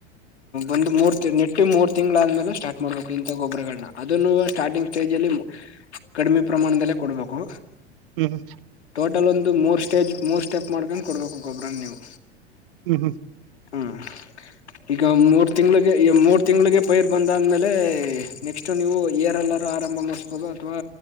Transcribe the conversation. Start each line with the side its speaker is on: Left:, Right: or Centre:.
Left: ಒಂದು್ ಮೂರ್ ನೆಟ್ಟಿ ಮೂರ್ ತಿಂಗಳಾದ್ಮೇಲೆ ಸ್ಟಾರ್ಟ್ ಮಾಡ್ಬೇಕು. ಇಂತಥ ಗೊಬ್ಬರಗಳನ್ನ ಅದನ್ನು ಸ್ಟಾರ್ಟಿಂಗ್ ಸ್ಟೇಜ್ ಅಲ್ಲಿ ಕಡಿಮೆ ಪ್ರಮಾಣದಲ್ಲೇ ಕೊಡ್ಬೇಕು.
Right: ಹ್ಮ್.
Left: ಟೊಟಲ್ ಒಂದು ಮೂರು ಸ್ಟೇಜ್. ಮೂರು ಸ್ಟೆಪ್ ಮಾಡ್ಕೊಂಡು ಕೊಡ್ಬೇಕು ಗೊಬ್ಬರನ ನೀವು.
Right: ಹ್ಮ್ ಹ್ಮ್.
Left: ಹ್ಮ್ ಈಗ ಮೂರ್ ತಿಂಗಳಿಗೆ. ಮೂರ್ ತಿಂಗಳಿಗೆ ಪೈರ್ ಬಂದಾದ್ಮೇಲೆ ನೆಕ್ಸ್ಟ್ ನೀವು ಏರ್ಲ್ಲರೂ ಆರಂಭ ಮಾಡಸ್ಬೋದು ಅಥವಾ